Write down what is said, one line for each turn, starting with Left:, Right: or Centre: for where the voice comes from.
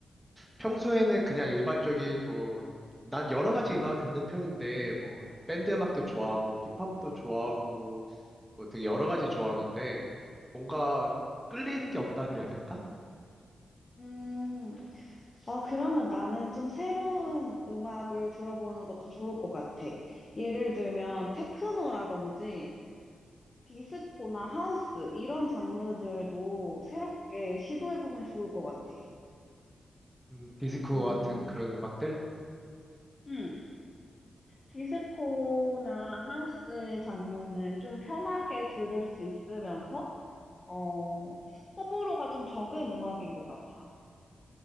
Centre: 평소에는 그냥 일반적인 뭐 난 여러 가지 음악을 듣는 편인데 뭐 밴드 음악도 좋아하고 힙합도 좋아하고 뭐 되게 여러 가지 좋아하는데 뭔가 끌리는 게 없다 그래야 될까?
Left: 음, 어, 그러면 나는 좀 새로운 음악을 들어보는 것도 좋을 것 같아. 예를 들면, 테크노라든지, 디스코나 하우스, 이런 장르들도 새롭게 시도해보면 좋을 것 같아.
Centre: 음, 디스코
Left: 음,
Centre: 같은 그런 음악들?
Left: 음. 디스코나 하우스 장르는 좀 편하게 들을 수 있으면서, 어, 호불호가 좀 적은 음악인 것 같아.